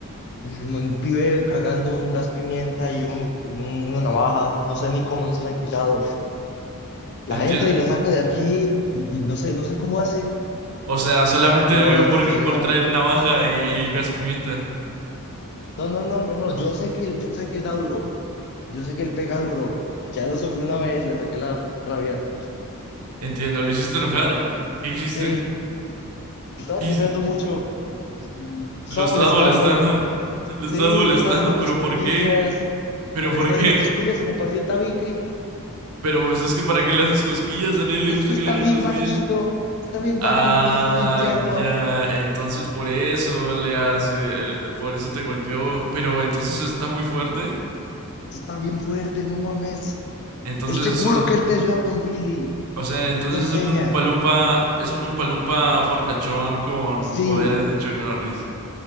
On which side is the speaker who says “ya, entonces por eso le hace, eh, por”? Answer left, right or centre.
Right